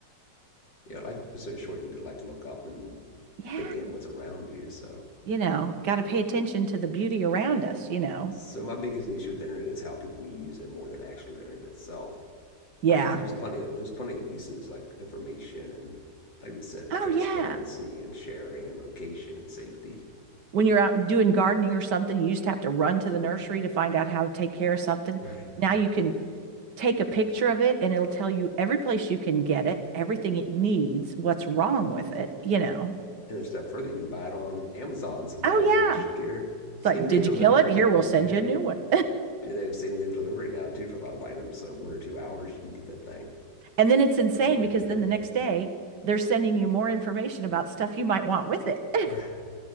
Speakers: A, on the left (about 80°); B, on the right (about 65°).
A: Yeah, life is so short. You need to like look up and
B: Yeah,
A: take in what's around you. So,
B: you know, got to pay attention to the beauty around us, you know.
A: so my biggest issue with the internet is how people use it more than actually the internet itself,
B: Yeah.
A: right? Because there's plenty of there's plenty of uses like information and like we said,
B: Oh,
A: transparency
B: yeah.
A: and sharing and location and safety,
B: When you're out doing gardening or something, you used to have to run to the nursery to find out how to take care of something.
A: right?
B: Now you can take a picture of it and it'll tell you every place you can get it, everything it needs, what's wrong with it, you know.
A: And a step further, you can buy it on Amazon sometimes.
B: Oh yeah.
A: And it's shipped here,
B: It's
A: same
B: like,
A: day
B: did
A: delivery.
B: you kill it? Here, we'll send
A: Yeah,
B: you a new one.
A: do they have same day delivery now too for a lot of items? So one or two hours, you can get that thing
B: And then it's insane
A: and be good
B: because
A: to go.
B: then the next day they're sending you more information about stuff you might want with it. <laughs>
A: Right.